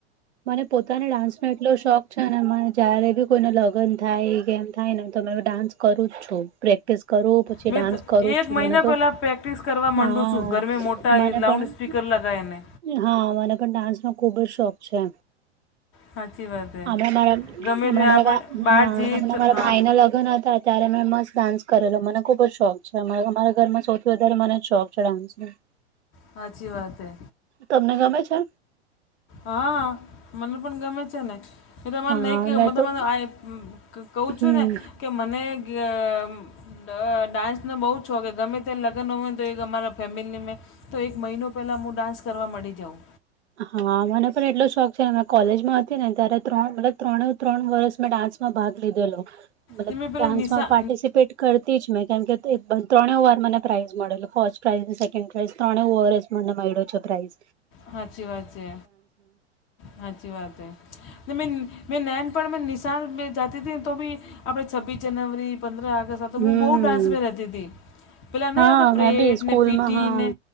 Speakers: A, on the right; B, on the left.
A: મને પોતાના ડાન્સ નો એટલો શોખ છે ને જયારે બી કોઈનો લગન થાય કે એમ થાય ને તો મેં ડાન્સ કરું જ છું પ્રેક્ટિસ કરું, પછી
B: મેં
A: ડાન્સ
B: તો
A: કરું
B: એક
A: જ છું
B: મહિના
A: મને તો,
B: પહેલાં પ્રેક્ટિસ કરવા
A: હા
B: માંડું છું ઘરમે મોટા
A: મને
B: એ લાઉડ
A: પણ
B: સ્પીકર લગાઈ ને
A: હા મને પણ ડાન્સ નો ખુબ જ શોખ છે.
B: સાચી વાત હે
A: હમણા મારા હમડા
B: ગમે તે
A: મારા
B: આપણે
A: ગા
B: બહાર
A: હા
B: જઈએ
A: હમડા
B: તો
A: મારા
B: હા
A: ભાઈ ના લગન હતા. ત્યારે મેં મસ્ત ડાન્સ કરેલો. મને ખુબ જ શોખ છે અમારા ઘરમાં સૌથી વધારે મને શોખ છે ડાન્સ નો
B: હાચી વાત એ.
A: તમને ગમે છે?
B: હા મને પણ ગમે છે ને. કે તમારે
A: હા
B: નઈ કેવ
A: મેં
B: મતબેં
A: તો
B: આ એ કઉ
A: હમ
B: છું ને કે મને ગે ડ ડાન્સ નો બહુ જ શોખ હે ગમે તેનો લગન હોવે તો એક અમારા ફેમિલી મેં તો એક મહિનો પહેલાં મું ડાન્સ કરવા માંડી જાઉં.
A: હા મને પણ એટલો શોખ છે મે કોલેજમાં હતી ને ત્યારે ત્રણ મતલબ ત્રણ વરસ મે ડાન્સ માં ભાગ લીધેલો, મતલબ
B: ને મેં પેલા
A: ડાન્સમાં
B: નિશા
A: પાર્ટિસપેટ કરતી જ મેં કેમ કે ત્રણે વાર મને પ્રાઇઝ મળેલો ફર્સ્ટ પ્રાઇઝ ને સેકન્ડ પ્રાઇઝ ત્રણે ઓવર જે મને મેઈડો છે પ્રાઇઝ
B: હાચી વાત છે હાચી વાતે મે મે પણ મેં નિશાાન જાતી હતી તો બી આપણે છવ્વીસ જનવરી પંદ્ર આગસ્ તો
A: હમ
B: હું બહુ ડાન્સમાં રહેતી હતી પેલા નહી
A: હા
B: આવત કે પરેડ
A: મેં બી સ્કૂલમાં
B: ને પીટીને
A: હા